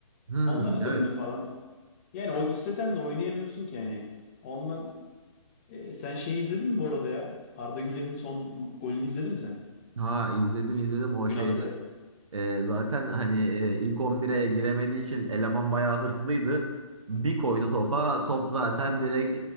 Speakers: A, on the right; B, on the left.
A: Hmm,
B: Onlara
A: evet.
B: döndü falan. Yani o istesen de oynayamıyorsun ki yani. Ondan e, sen şeyi izledin mi bu arada ya? Arda Güler'in son golünü izledin mi sen?
A: Ha izledim
B: Bugün,
A: izledim
B: bugün
A: o şeyde.
B: attığı.
A: e, zaten hani e, ilk 11'e giremediği için eleman bayağı hırslıydı. Bir koydu topa. Top zaten direkt